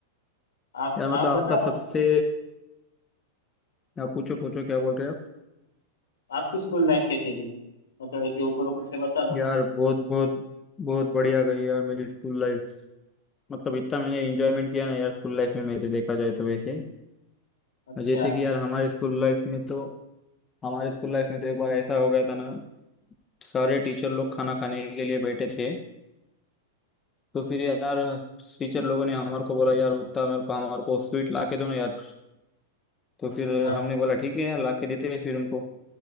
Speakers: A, on the left (about 80°); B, on the left (about 25°).
A: आप
B: यार मतलब
A: आप
B: आपका
A: बता आप,
B: सबसे यार पूछो पूछो क्या बोल रहे हो आप
A: आपकी स्कूल लाइफ कैसी थी मतलब ऐसे ऊपर ऊपर से बता दो
B: यार बहुत बहुत बहुत बढ़िया गई यार मेरी स्कूल लाइफ मतलब इतना मैंने एंजॉयमेंट किया ना यार स्कूल लाइफ में मेरे देखा जाए तो वैसे
A: अच्छा
B: जैसे कि यार हमारे स्कूल लाइफ में तो हमारे स्कूल लाइफ में तो एक बार ऐसा हो गया था ना सारे टीचर लोग खाना खाने के लिए बैठे थे तो फिर यार टीचर लोगों ने हमारे को बोला यार उतना मेरे को हमारे को स्वीट ला के दो ना यार तो फिर
A: हाँ
B: हमने
A: हाँ
B: बोला ठीक है यार ला के देते हैं फिर उनको